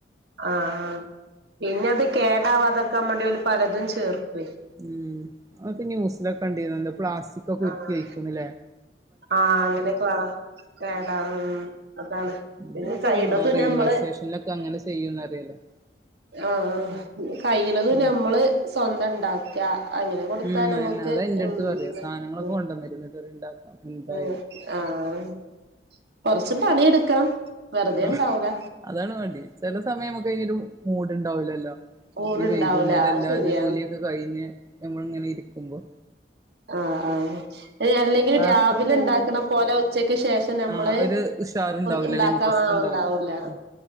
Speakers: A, on the right (about 70°); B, on the right (about 20°).
A: ആഹ് പിന്നെ അത് കേടാവാതിരിക്കാൻ വേണ്ടിഓല് പലതും ചേർക്കുവേ
B: ഉം അതൊക്കെ ന്യൂസിലൊക്കെ കണ്ടിരുന്നല്ലോ പ്ലാസ്റ്റിക്കൊക്കെ ഉരുക്കി
A: ആഹ്
B: ഒഴിക്കുന്ന് ലേ
A: ആഹ് അങ്ങനെയൊക്കെ വാ കേടാ ഉം അതാണ്
B: നമ്മളിപ്പോ
A: പിന്നെ നമ്മ കഴിയ്ണതും
B: റെയിൽവേ
A: നമ്മള്
B: സ്റ്റേഷനിലൊക്കെ അങ്ങനെ ചെയ്യുംന്ന് അറിയാലോ
A: ആഹ് ആ കഴിയ്ണതും
B: ഉം
A: ഞമ്മള് സ്വന്തണ്ടാക്കും അങ്ങനെ കൊടുത്താ
B: ഉം
A: നമ്മക്ക്
B: അയെന്നെ അതാ എന്റെടുത്ത്
A: ഉം
B: പറയാ സാധനങ്ങളൊക്കെ കൊണ്ടന്നരും ന്നിട്ട് പറയും ഇണ്ടാക്കാം എന്തായാലും
A: ആ ആഹ് കൊറച്ച് പണിയെടുക്കണം വെറുതെ
B: ആ
A: ഇണ്ടാവൂല
B: അതാണ് വേണ്ടി ചെലസമയം നമുക്കയ്നൊരു മൂട് ണ്ടാവുലല്ലോ
A: മൂട്ണ്ടാവൂല
B: ഈ വൈകുന്നേരം
A: അത്
B: എല്ലാം
A: ശരിയാണ്
B: ജോലിയൊക്കെ കഴിഞ്ഞ് നമ്മള്ങ്ങനെ ഇ രിക്കുമ്പോ
A: ആ ആ അല്ലെങ്കില്
B: പാത്രം
A: രാവിലെ
B: കഴുകണ
A: ഉണ്ടാക്ക്ണപോലെ ഉച്ചക്ക് ശേഷം നമ്മള്
B: ആഹ് ഒരു ഉഷാറുണ്ടാവൂലല്ലേ
A: ഇണ്ടാക്കാം
B: ഇൻട്രസ്റ്റ്
A: ഉണ്ടാവൂല
B: ഉം